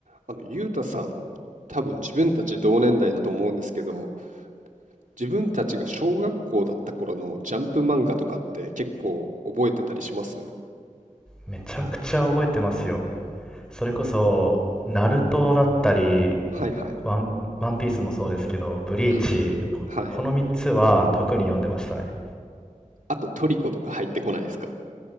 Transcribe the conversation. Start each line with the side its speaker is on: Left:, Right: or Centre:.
Right: あの、ゆうたさん、多分自分たち同年代だと思うんですけど、自分たちが小学校だった頃のジャンプ漫画とかって結構覚えてたりします
Centre: めちゃくちゃ覚えてますよ。それこそ、ナルトだったり、
Right: はいはい。
Centre: ワン、ワンピースもそうですけど、ブリーチ、
Right: ははい。
Centre: この3つは特に読んでましたね。
Right: あとトリコとか入ってこないですか